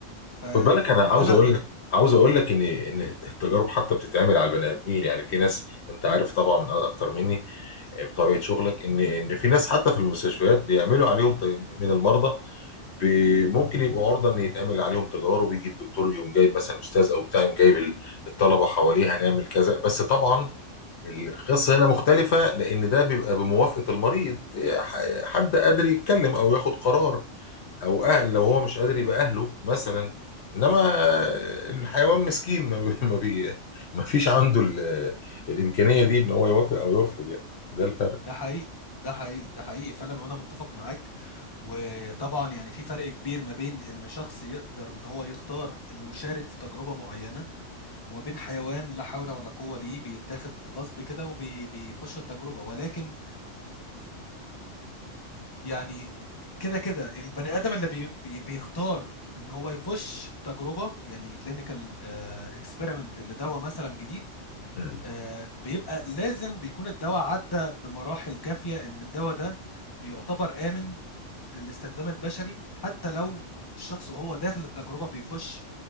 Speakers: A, on the left; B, on the left.
A: فانا
B: خد بالك انا عاوز اقول لك عاوز اقول لك ان ان التجارب حتى بتتعمل على البني ادمين يعني في ناس انت عارف طبعا من اكتر مني بطبيعه شغلك ان ان في ناس حتى في المستشفيات بيعملوا عليهم ت- من المرضى بي- ممكن يبقوا عرضه ان يتعمل عليهم تجارب يجي الدكتور يقوم جايب مثلا استاذ او بتاع يقوم جايب ال- الطلبه حواليه هنعمل كذا بس طبعا القصه هنا مختلفه لان ده بيبقى بموافقه المريض إيه، ح- حد قادر يتكلم او ياخد قرار او اهل لو هو مش قادر يبقى اهله مثلا انما الحيوان مسكين ما بي ما بي- ما فيش عنده ال- الامكانيه دي ان هو يوافق او يرفض يعني ده الفرق
A: ده حقيقي ده حقيقي ده حقيقي فعلا وانا متفق معاك وطبعا يعني في فرق كبير ما بين ان شخص يقدر ان هو يختار انه يشارك في تجربة معينة وما بين حيوان لا حول ولا قوة ليه بيتاخد غصب كده وبيخش التجربة ولكن يعني كده كده البني ادم اللي بي بي بيختار ان هو يخش تجربه يعني كلينيكال اكسبيرمنت لدواء مثلا جديد
B: مم.
A: آه، بيبقى لازم بيكون الدواء عدى بمراحل كافيه ان الدواء ده يعتبر امن للاستخدام البشري حتى لو الشخص وهو داخل التجربه بيخش